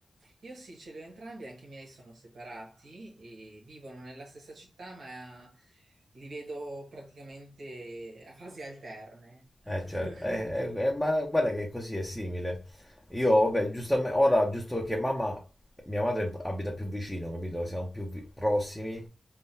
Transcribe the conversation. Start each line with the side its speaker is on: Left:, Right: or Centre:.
Right: Io sì, ce li ho entrambi, anche i miei sono separati e vivono nella stessa città, ma li vedo praticamente a fasi alterne. <laughs>
Centre: Eh certo,
Right: Quindi
Centre: Eh, eh, eh, ma guarda che così è simile. Io, vabbè, giustamente, ora giusto perché mamma, mia madre abita più vicino, capito? Siamo più vi- prossimi.